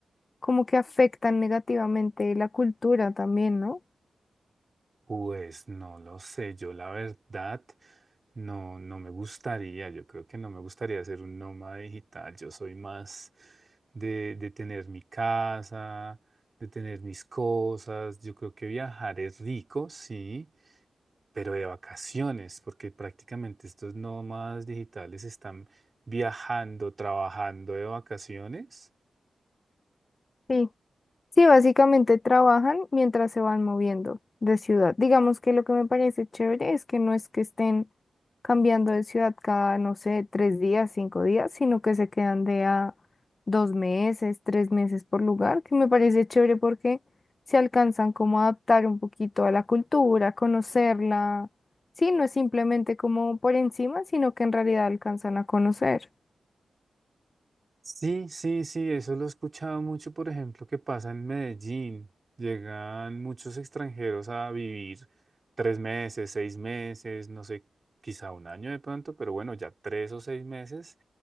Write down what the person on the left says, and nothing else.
como que afectan negativamente la cultura también, ¿no?
Sí. Sí, básicamente trabajan mientras se van moviendo de ciudad. Digamos que lo que me parece chévere es que no es que estén cambiando de ciudad cada, no sé, tres días, cinco días, sino que se quedan de a dos meses, tres meses por lugar, que me parece chévere porque se alcanzan como a adaptar un poquito a la cultura, conocerla. Sí, no es simplemente como por encima, sino que en realidad alcanzan a conocer.